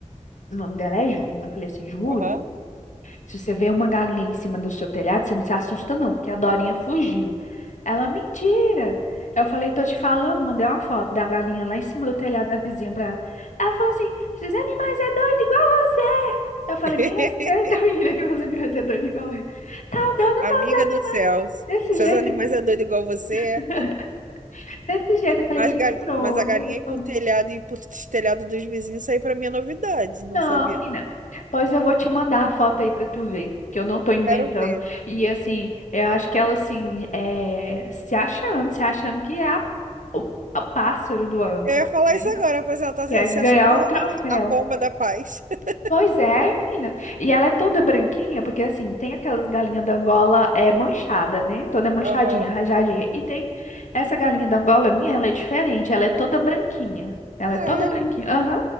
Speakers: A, on the left (about 70°); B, on the right (about 80°).
A: o nome dela é Júlia. né? Eu falei assim, Júlia,
B: Aham.
A: se você vê uma galinha em cima do seu telhado, você não se assusta não, porque a Dorinha fugiu. Ela, mentira. Eu falei, tô te falando, mandei uma foto da galinha lá em cima do telhado da vizinha pra ela. Ela falou assim, esses animais é doido igual você. Eu falei,
B: <laughs>
A: me respeita, <laughs> menina, que meus animais é doido igual eu. Tal dona,
B: Amiga
A: tal os animais.
B: do céu.
A: Desse
B: Seus
A: jeito,
B: animais é doido igual você. é?
A: <laughs> desse jeito. Eu falei,
B: Mas,
A: gente,
B: gal...
A: pronto.
B: Mas a galinha ir pro telhado e ir pro telhado dos vizinhos, isso aí pra mim é novidade. Não
A: Não,
B: sabia.
A: menina. Pois eu vou te mandar a foto aí pra tu ver, que eu não tô inventando.
B: Quero ver.
A: E assim, eu acho que ela assim, é, se achando, se achando que é a, o a pássaro do ano,
B: Eu ia falar
A: né?
B: isso agora, pois ela tá
A: Que é ganhar
B: se achando a,
A: o troféu.
B: a pomba da paz. <laughs>
A: Pois é, menina. E ela é toda branquinha, porque assim, tem aquelas galinhas da Angola é manchada, né? Toda manchadinha,
B: Aham.
A: rajadinha. E tem essa galinha da Angola minha, ela é diferente, ela é toda branquinha. Ela
B: Ah,
A: é toda branquinha.
B: é?
A: Aham.